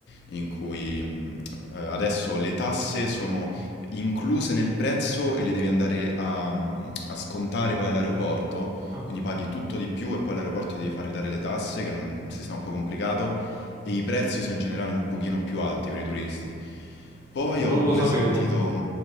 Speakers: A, on the left; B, on the right.
A: in cui mh, eh, adesso le tasse sono incluse nel prezzo e le devi andare a, a scontare poi all'aeroporto
B: Ah,
A: quindi paghi tutto di più e poi all'aeroporto ti devi far ridare le tasse, che è un sistema un po' complicato, e i prezzi sono in generale un pochino più alti per i turisti. Poi
B: ah, non
A: ho
B: lo
A: pure
B: sapevo.
A: sentito...